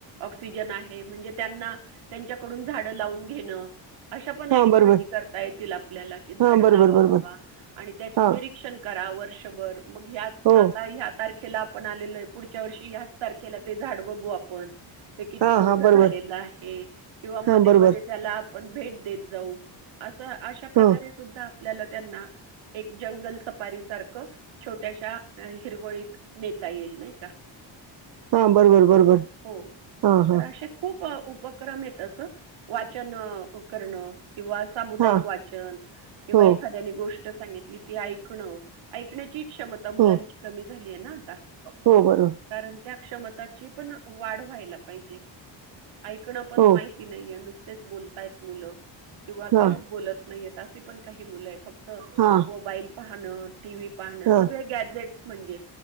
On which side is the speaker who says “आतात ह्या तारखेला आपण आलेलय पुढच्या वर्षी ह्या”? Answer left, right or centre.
Right